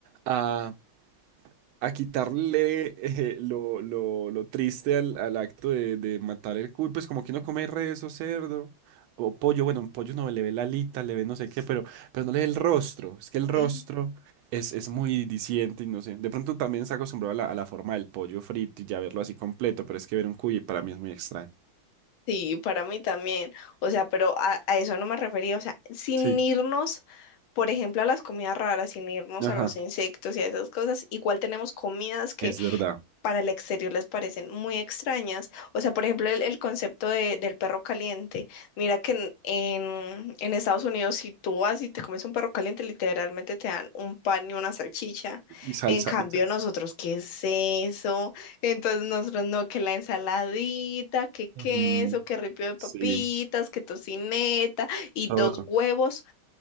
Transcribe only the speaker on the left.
Ujú.
Sí, para mí también. O sea, pero a, a eso no me refería. O sea, sin
irnos, por ejemplo, a las comidas raras, sin irnos
a los insectos y a esas cosas, igual tenemos comidas que
para el exterior les parecen muy extrañas. O sea, por ejemplo, el, el concepto de- del perro caliente. Mira que en, en- en Estados Unidos, si tú vas y te comes un perro caliente, literalmente te dan un pan y una salchicha.
En cambio,
nosotros, ¿qué es eso? Entonces, nosotros no, que la ensaladita, que queso,
que ripio de papitas,
que tocineta y
dos huevos